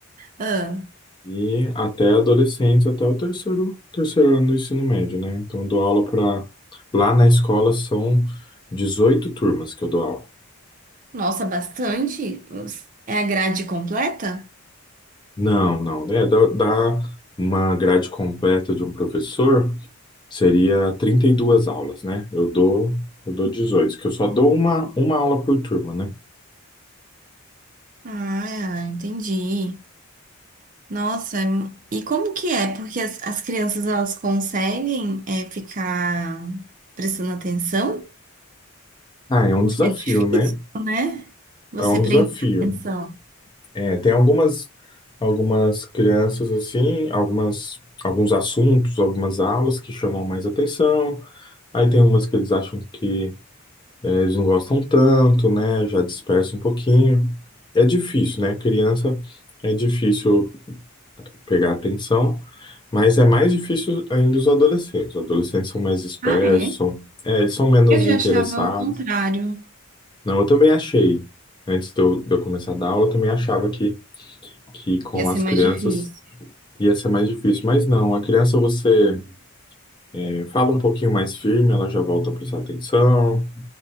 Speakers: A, on the right; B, on the left.
A: Ah,
B: e até adolescentes, até o terceiro, terceiro ano do ensino médio, né? Então, eu dou aula para. Lá na escola são 18 turmas que eu dou aula.
A: nossa, bastante? Os- É a grade completa?
B: Não, não. É, dá, dá uma grade completa de um professor seria 32 aulas, né? Eu dou, eu dou 18, que eu só dou uma, uma aula por turma, né?
A: Ah, entendi. Nossa, e como que é? Porque as, as crianças elas conseguem é, ficar prestando atenção?
B: Ah, é um
A: Porque
B: desafio,
A: é difícil,
B: né?
A: né? Você
B: É um
A: prender
B: desafio.
A: atenção.
B: É, tem algumas, algumas crianças assim, algumas, alguns assuntos, algumas aulas que chamam mais atenção. Aí tem umas que eles acham que eh, eles não gostam tanto, né? Já dispersa um pouquinho. É difícil, né? Criança é difícil pegar atenção, mas é mais difícil ainda os adolescentes. Os adolescentes são mais dispersos,
A: Ah, é?
B: são, é, eles são menos
A: Eu já
B: interessados.
A: achava o contrário.
B: Não, eu também achei, antes de eu, de eu começar a dar aula, eu também achava que, que com
A: Ia ser
B: as
A: mais
B: crianças
A: difícil.
B: ia ser mais difícil, mas não, a criança você eh, fala um pouquinho mais firme, ela já volta a prestar atenção,